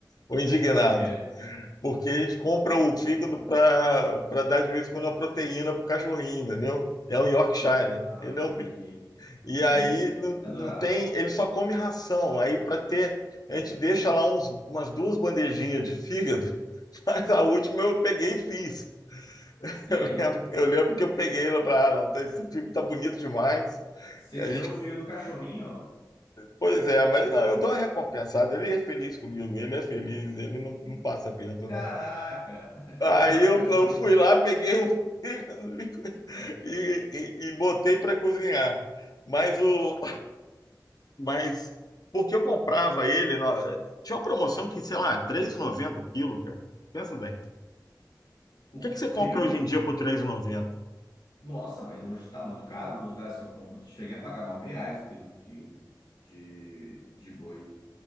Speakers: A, on the left; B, on the left.
A: Ou indignado.
B: Por quê?
A: Porque eles compram o fígado para dar de vez em quando uma proteína pro cachorrinho, entendeu? É um Yorkshire.
B: Ah,
A: Ele
B: entendi.
A: é um... bi- E
B: Ele
A: aí
B: deve
A: não,
B: adorar.
A: não tem. Ele só come ração. Aí para ter. A gente deixa lá uns, umas duas bandejinhas de fígado, <laughs> mas a última eu peguei e fiz. <laughs>
B: E
A: Eu
B: aí?
A: lembro, que- eu lembro que eu peguei lá para. Ah, não, esse fígado tá bonito demais.
B: Você
A: E
B: tirou
A: a gente,
B: o fio do cachorrinho?
A: pois é, mas não, eu dou uma recompensada. Ele é feliz comigo, ele é feliz, ele não, não passa perto,
B: Caraca,
A: não.
B: <laughs> coitado
A: Aí eu,
B: do cachorrinho.
A: eu fui lá, peguei o fígado <laughs> e, e, e botei para cozinhar. Mas o. Mas porque eu comprava ele. no- Tinha uma promoção que, sei lá, R$3,90 o quilo, cara. Pensa bem. O
B: O,
A: que
B: qui-
A: que você
B: o fígado?
A: compra hoje em dia por três e noventa?
B: Nossa, mas hoje tá muito caro dos lugares que eu compro. Cheguei a pagar nove reais o quilo do fígado de, de boi.